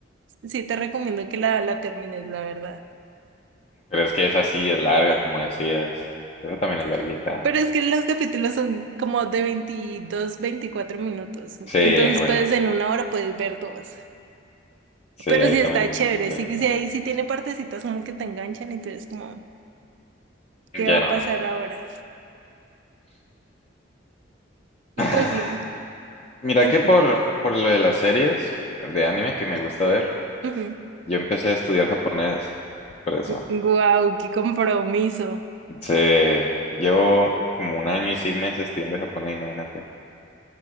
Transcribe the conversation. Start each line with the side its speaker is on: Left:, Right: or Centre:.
Right: Sí, te recomiendo que la, la termines, la verdad.
Left: Pero es que esa sí es larga, como decías. Esa también es larguita.
Right: Pero es que los capítulos son como de 22, 24 minutos.
Left: Sí,
Right: Entonces,
Left: bueno,
Right: pues en una hora puedes ver dos.
Left: Sí,
Right: Pero
Left: ahí
Right: sí
Left: también,
Right: está chévere.
Left: ¿verdad?
Right: Sí, que sí, ahí sí tiene partecitas como que te enganchan y tú eres como, ¿qué
Left: Ya
Right: va a
Left: no.
Right: pasar ahora? Y
Left: <sighs>
Right: pues sí.
Left: Mira
Right: en-
Left: que por, por lo de las series de anime que me gusta ver,
Right: ujú.
Left: yo empecé a estudiar japonés, por eso.
Right: Guau, qué compromiso.
Left: Se, llevo como un año y seis meses estudiando japonés, imagínate.